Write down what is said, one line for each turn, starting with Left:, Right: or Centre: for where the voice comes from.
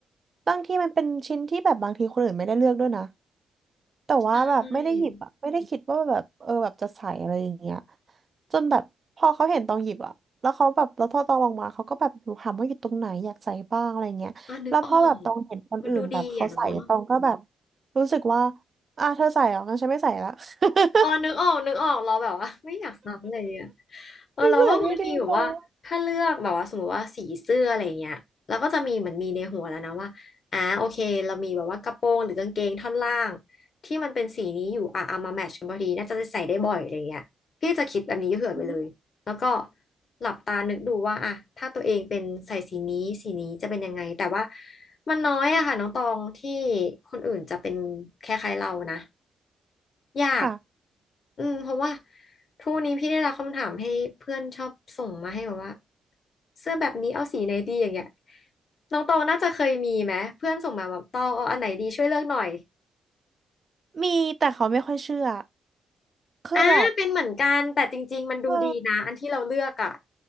Right: บางทีมันเป็นชิ้นที่แบบบางทีคนอื่นไม่ได้เลือกด้วยนะแต่ว่าแบบไม่ได้หยิบอะไม่ได้คิดว่าแบบเออแบบจะใส่อะไรอย่างเงี้ย
Left: ใช่
Right: จนแบบพอเขาเห็นตองหยิบอะแล้วเขาแบบแล้วพอตองลงมาเขาก็แบบดูถามว่าอยู่ตรงไหนอยากใส่บ้างอะไรเงี้ยแล้วพอแบบตองเห็นคนอื่นแบบเขาใส่ตองก็แบบ
Left: อ่ะนึกออกมันดูดีอ่ะเนาะ
Right: รู้สึกว่าอ่ะเธอใส่เหรองั้นฉันไม่ใส่ละ
Left: เออนึกออกนึกออกเราแบบว่า
Right: <laughs>
Left: <laughs> ไม่อยากซักเลยอย่ะเงี้ยเออเราก็บางทีแบบว่าถ้าเลือกแบบว่าสมมติว่าสีเสื้ออะไรอย่างเงี้ยเราก็จะมีเหมือนมีในหัวแล้วนะว่าอ่าโอเคเรามีแบบว่ากระโปรงหรือกางเกงท่อนล่าง
Right: นใส่ไม่ดีเนาะ
Left: ที่มันเป็นสีนี้อยู่อ่ะเอามาแมทช์กันพอดีน่าจะใส่ได้บ่อยอะไรอย่างเงี้ยพี่จะคิดแบบนี้เผื่อไปเลย
Right: อืม
Left: แล้วก็หลับตานึกดูว่าอะถ้าตัวเองเป็นใส่สีนี้สีนี้จะเป็นยังไงแต่ว่ามันน้อยอะค่ะน้องตองที่คนอื่นจะเป็นคล้ายๆเรานะยาก
Right: ค่ะ
Left: อืมเพราะว่าทุกวันนี้พี่ได้รับคำถามให้เพื่อนชอบส่งมาให้แบบว่าเสื้อแบบนี้เอาสีไหนดีอย่างเงี้ยน้องตองน่าจะเคยมีไหมเพื่อนส่งมาบอกตองเอาอันไหนดีช่วยเลือกหน่อย
Right: มีแต่เขาไม่ค่อยเชื่อคือแบบ
Left: อ่าเป็นเหมือนกันแต่จริงๆมันดูดีนะอันที่เราเลือกอ่ะ
Right: เออ